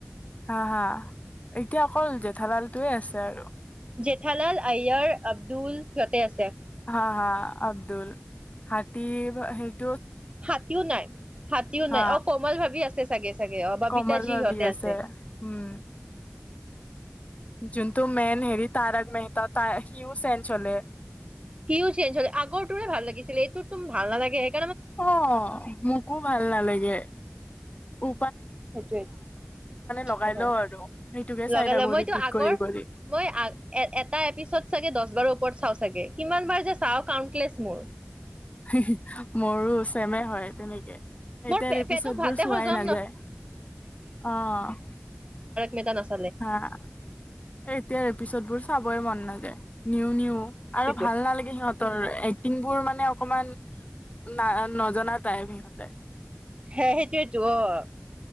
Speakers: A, on the left (about 30°); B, on the right (about 25°).
A: হা, হা। এতিয়া অকল য ধাবালটো আছে আৰু।
B: জেঠালাল, আয়াৰ, আব্দুল, ফটেচ
A: হ, হ, আব্দুল। হাথি <inaudible>
B: হাতীও নাই, হাতীও
A: হা
B: নাই। আও কোমল ভাবি আছ ছে ছাগে। চাগে, অ ববিতাজি
A: কমল ভাবি
B: সিহঁতে আছে।
A: উম যোনটো মেইন হেৰি, তাৰক মেহতা, তাৰ, সিও চেঞ্জ হলে।
B: সিও চেঞ্জ হলে, আগৰটোহে ভাল লাগিছিলে, এইটোত <unintelligible> ভাল নালাগে, এক
A: অ' মোকো ভাল নালাগে। উম।
B: সেইতো
A: লগাই
B: এ তো
A: লও আৰু সেইটোকে চাই
B: লগাই
A: থাকো
B: লও মইতো
A: ৰিপিট
B: আগৰ
A: কৰি কৰি
B: মই আগ এ এটা এপিচৰ্ডছ চাগে দশ বাৰৰ ওপ। ওপৰত চাওঁ চাগে। কিমান বাৰ যে চাও কাউণ্টলেছ মোৰ।
A: হি হি। মোৰো চেমে হয় তেনেকে এতিয়াৰ
B: মোৰ পে
A: এপিচৰ্ডছ
B: পেটত ভাতে
A: বোৰ চোৱাই
B: হজম
A: নাযায়
B: ন
A: অ'।
B: মেতানাচ।
A: হা এ এতিয়াৰ এপিচৰ্ডছ বোৰ। চাবই মন নাযায় নিউ- নিউ। আৰু
B: সেইটোৱেতো
A: ভাল নালাগে সিহঁতৰ। এক্টিং বোৰ মানে অকমান না নজনা টাইপ সিহঁতে।
B: হে সেইটোৱেইটো অ'